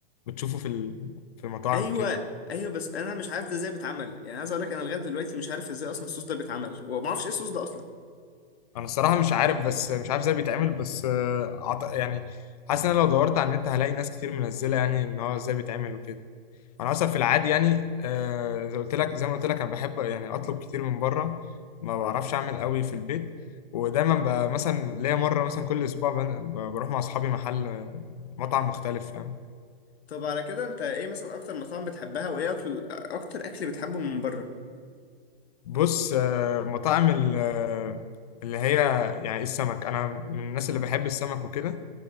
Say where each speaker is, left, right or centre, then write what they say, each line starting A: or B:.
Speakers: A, on the left (about 40°); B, on the left (about 85°).
A: بتشوفه في ال... في المطاعم
B: ايوه
A: وكده
B: ايوه بس انا مش عارف ده ازاي بيتعمل يعني عايز اقول لك انا لغايه دلوقتي مش عارف ازاي اصلا الصوص ده بيتعمل وما اعرفش ايه الصوص ده اصلا
A: انا الصراحه مش عارف بس مش عارف ازاي بيتعمل بس آه، أعت- يعني حاسس ان انا لو دورت على النت هلاقي ناس كتير منزله يعني ان هو ازاي بيتعمل وكده انا اصلا في العادي يعني آه، زي قلت لك زي ما قلت لك انا بحب يعني اطلب كتير من بره ما بعرفش اعمل قوي في البيت ودايما ب- مثلا ليا مره مثلا كل اسبوع بن- ب- بروح مع اصحابي محل مطعم مختلف فاهم
B: طب على كده انت ايه مثلا اكتر مطاعم بتحبها وايه اكل اكتر اكل بتحبه من بره
A: بص آه، مطاعم ال- آه، اللي هي يعني السمك انا من الناس اللي بحب السمك وكده